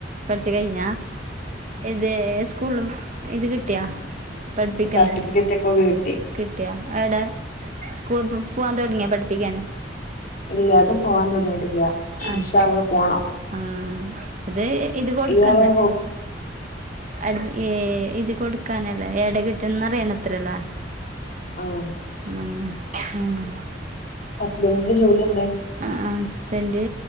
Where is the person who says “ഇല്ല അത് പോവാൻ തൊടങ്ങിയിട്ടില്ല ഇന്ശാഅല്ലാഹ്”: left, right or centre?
Left